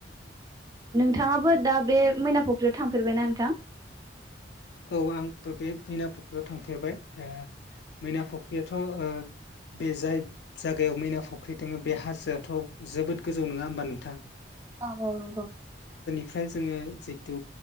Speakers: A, on the right; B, on the left.
A: थाङाबो दा बे मैना फख्रियाव थांफेरबायना नोंथां?
B: औ आंथ' बे मैना फुख्रियाव थांफेरबाय। ओ मैना फुख्रियाथ' ओ बे जाय जायगायाव मैना फुख्रि दङो बे हाजोआथ' जोबोद गोजौ नङा होमबा नोंथां।
A: औ औ नंगौ।
B: फ्राय जोङो जिथु